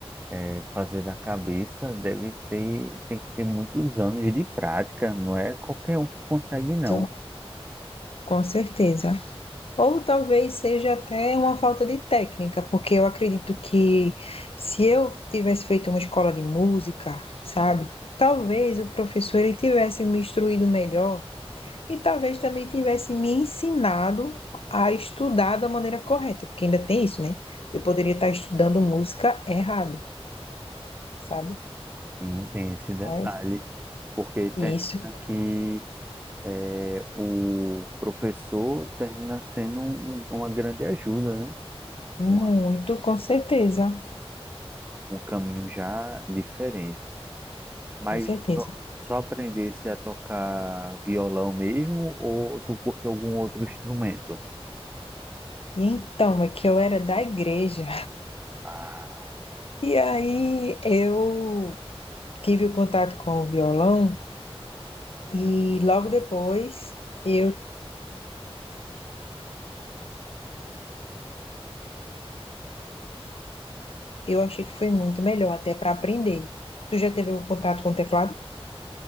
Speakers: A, on the right; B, on the left.
A: é, fazer da cabeça deve ter, tem que ter muitos anos de prática, não é qualquer um que consegue, não.
B: isso, com certeza. Ou talvez seja até uma falta de técnica, porque eu acredito que se eu tivesse feito uma escola de música, sabe? Talvez o professor ele tivesse me instruído melhor e talvez também tivesse me ensinado a estudar da maneira correta, porque ainda tem isso, né? Eu poderia estar estudando música errado, sabe?
A: Sim, tem esse detalhe,
B: Mas
A: porque termina
B: isso,
A: que é, o professor termina sendo um- um, uma grande ajuda, né?
B: muito,
A: Um,
B: com certeza,
A: um caminho já diferente. Mas
B: com certeza.
A: só, só aprendesse a tocar violão mesmo, ou tu curte algum outro instrumento?
B: E então, é que eu era da igreja.
A: Ah,
B: E aí eu tive o contato com o violão e logo depois eu, eu achei que foi muito melhor até para aprender. Tu já teve um contato com o teclado?